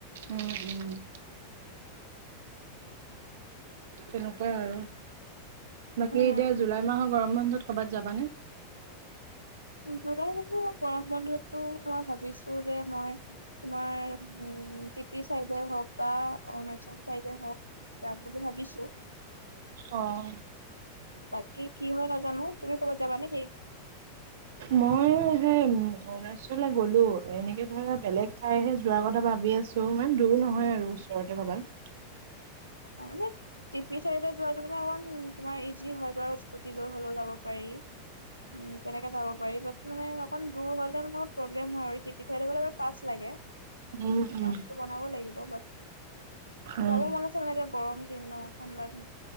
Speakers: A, on the right; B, on the left.
A: উম উম উম তেনেকুৱাই আৰু, বাকী
B: উম
A: এতিয়া জুলাই মাহৰ গৰম বন্ধত ক'ৰবাত যাবানে?
B: জুলাই <unintelligible> গৰম বন্ধতটো মই ভাবিছো যে মই তোমাৰ উম, উম, টিপি চাইডে হওক বা অৰুণাচল চাইডে হওক যাম বুলি ভাবিছো।
A: অ'।
B: বাকী কি হয় নাজানো তুমি ক'বাত যাবা নেকি?
A: মই সেই অৰুণাচলে গ'লো এনেকে ধৰা বেলেগ ঠাইহে যোৱা কথা ভাবি আছো ইমান দূৰ নহয় আৰু ওচৰতে কবাত।
B: <inaudible> অ', মানে টিপি চাইদত যোৱাটো মানে অকমান তোমাৰ ইজি হয় তাৰ স্কুটি লৈ হলেও যাব পাৰি। উম', তেনেকে যাব পাৰি, বাত মানে অকণ দূৰ হলে মানে অকণ প্ৰব্লেম হয় আৰু টিপি চাইদেহ গলে পাছ লাগে।
A: উম
B: পাছ টো বনাব লাগিব বাত
A: উম
B: যাব মন আ <unintelligible> গৰম দিন ন? ঠাণ্ডা দিন